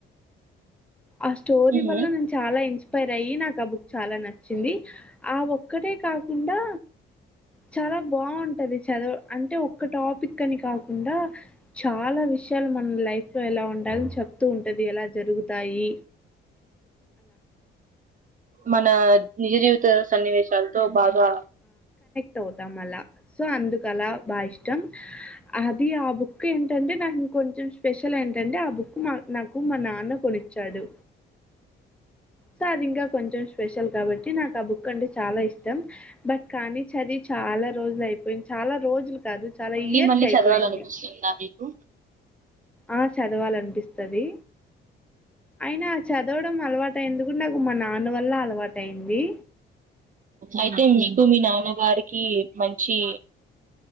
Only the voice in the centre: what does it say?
ఆ స్టోరీ
వల్ల నేను చాలా ఇన్స్ పదై నా క బుక్ చాలా నచ్చింది ఆ ఒ ఒక్కటే కాకుండా చాలా బాన్టది చదువు అంటే ఒక్క టాపిక్ అని కాకుండా చాలా విషయాలు మన లైఫ్ లో ఎలా ఉండాలని చెప్తూ ఉంటది ఎలా జరుగు తయి
తొతాం మల్ల సో అందుకు అలా బా ఇష్టం అది ఆ బుక్ ఏంటంటే నాకింకొంచెం స్పెషల్ ఏంటంటే ఆ బుక్ మా నాకు మా నాన్న కొనిచ్చాడు సో అది ఇంకా కొంచెం స్పెషల్ కాబట్టి నాకు ఆ బుక్ అంటే చాలా ఇష్టం బట్ కానీ చదివి చాలా రోజులు అయిపోయింది చాలా రోజులు కాదు చాలా
ఇయర్స్
అయిపోయింది.
ఆ చదవాలనిపిస్తది అయినా చదవడం అలవాటెందుకు ఉండకు మా నాన్న వల్ల అలవాటైన్ది